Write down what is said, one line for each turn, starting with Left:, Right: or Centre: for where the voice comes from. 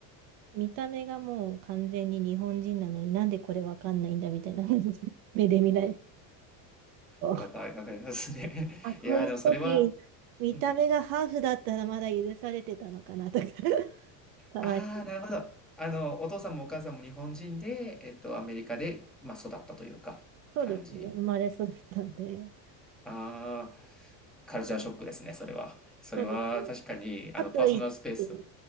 Right: 見た目がもう完全に日本人なのになんでこれわかんないんだみたいな <laughs> 目で見られると。
Centre: わか、わかりますね。
Right: あ、こういう時、
Centre: <laughs> いやー、でもそれは、
Right: 見た目がハーフだったらまだ許されてたのかなとか
Centre: うん。
Right: <laughs> たまに。
Centre: ああ、なるほど。あの、お父さんもお母さんも日本人で、えっと、アメリカで、まあ、育ったというか、
Right: そうですね。
Centre: 感じ。
Right: 生まれ育ったんで。
Centre: ああ、カルチャーショックですね、それは。それは、
Right: そうですね。
Centre: 確かに、あの、
Right: かといって、
Centre: パーソナルスペース。